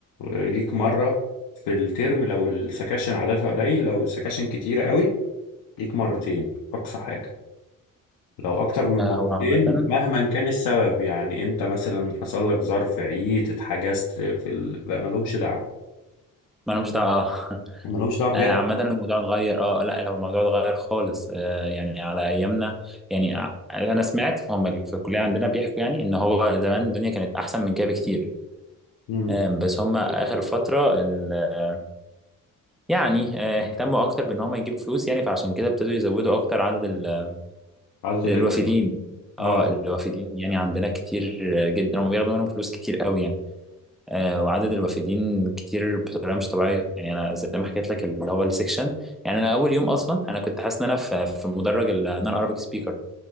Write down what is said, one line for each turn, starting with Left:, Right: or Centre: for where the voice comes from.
Left: ليك مره في الترم لو السكاشن عددها قليل لو السكاشن كتيره قوي ليك مرتين اقصى حاجه لو اكتر من
Centre: آه
Left: مرتين
Centre: هو عامة
Left: مهما كان السبب يعني انت مثلا حصل لك ظرف عييت اتحجزت في ال... بقى ملهمش دعوه
Centre: ما انا مش دعوة اه
Left: ملهمش دعوه بجد
Centre: آه، عامة الموضوع اتغير اه لا لو الموضوع اتغير خالص آه، يعني على ايامنا يعني ع- انا سمعت هم اللي في الكلية عندنا بيحكوا يعني ان هو زمان الدنيا كانت احسن من كده بكتير
Left: امم
Centre: آم، بس هم اخر فترة ال- آه، يعني آه، اهتموا اكتر بان هم يجيبوا فلوس يعني فعشان كده ابتدوا يزودوا اكتر عدد ال-
Left: عدد الاجانب
Centre: الوافدين
Left: اه
Centre: اه الوافدين يعني عندنا كتير جدا هم بياخدوا منهم فلوس كتير قوي يعني آه، وعدد الوافدين كتير بطريقه مش طبيعيه يعني انا زي ما حكيت لك اللي هو السكشن يعني انا اول يوم اصلا انا كنت حاسس ان انا في في مدرج النون عربيك سبيكر